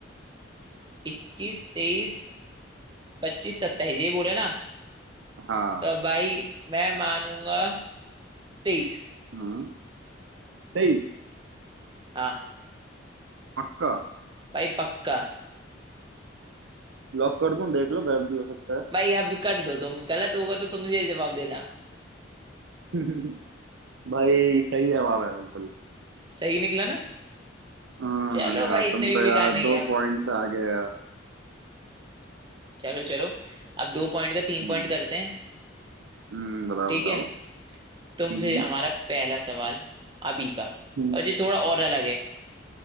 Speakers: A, on the right; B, on the right.
A: इक्कीस तेईस पच्चीस सत्ताईस ये बोले ना
B: हाँ
A: तो भाई मैं मानूंगा तेईस
B: हम्म तेईस
A: हाँ
B: पक्का
A: भाई पक्का
B: लॉक कर दूं देख लो गलत भी हो सकता
A: भाई अब कर दो तुम गलत होगा तो तुमसे जवाब देना
B: है <laughs> भाई सही जवाब है बिल्कुल
A: सही निकला ना
B: हाँ
A: चलो
B: यार
A: भाई
B: तुम
A: इतने भी
B: तो
A: बेकार
B: यार
A: नहीं
B: दो
A: है हम
B: पॉइंट से आगे हैं यार
A: चलो चलो अब दो पॉइंट का तीन
B: हम्म
A: पॉइंट करते हैं
B: हम्म बताओ
A: ठीक
B: बताओ
A: है तुमसे
B: हम्म
A: हमारा पहला सवाल अभी का
B: हम्म,
A: और जो थोड़ा और अलग है